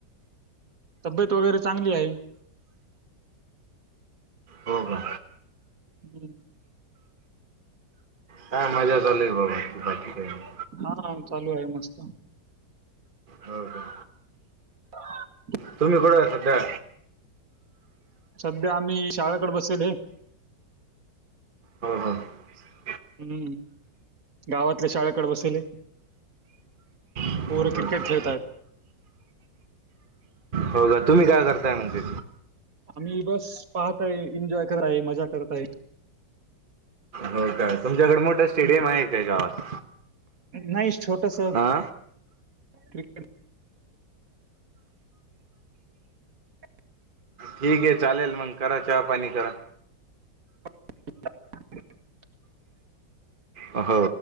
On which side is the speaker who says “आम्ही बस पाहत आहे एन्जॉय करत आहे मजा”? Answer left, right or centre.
Right